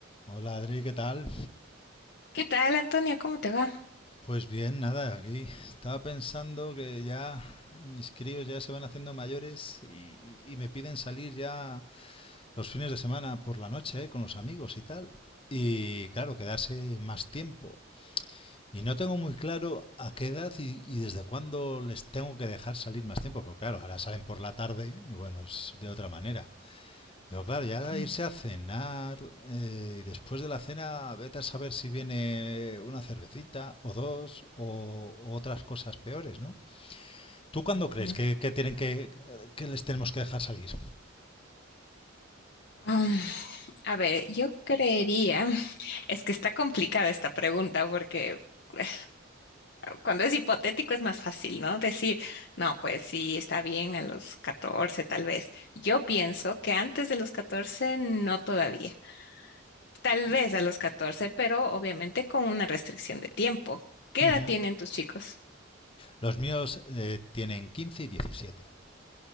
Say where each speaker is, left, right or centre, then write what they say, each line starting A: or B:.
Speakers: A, on the left; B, on the left.
A: Hola Adri, ¿qué tal?
B: ¿Qué tal, Antonio? ¿Cómo te va?
A: Pues bien, nada, aquí estaba pensando que ya mis críos ya se van haciendo mayores y, y- y me piden salir ya los fines de semana por la noche, eh, con los amigos y tal. Y claro, quedarse más tiempo. Y no tengo muy claro a qué edad y, y desde cuándo les tengo que dejar salir más tiempo, porque claro, ahora salen por la tarde y bueno, es de otra manera. Pero claro, ya
B: Bien,
A: irse a cenar eh, y después de la cena vete a saber si viene una cervecita o dos o, o otras cosas peores, ¿no? ¿Tú cuándo crees
B: bien.
A: que, que tienen que, que les tenemos que dejar salir?
B: Um, a ver, yo creería, es que está complicada esta pregunta porque <laughs> eh, cuando es hipotético es más fácil, ¿no? Decir, no, pues sí, está bien a los 14, tal vez. Yo pienso que antes de los 14 no todavía. Tal vez a los 14, pero obviamente con una restricción de tiempo. ¿Qué
A: Ujú.
B: edad tienen tus chicos?
A: Los míos eh, tienen 15 y 17.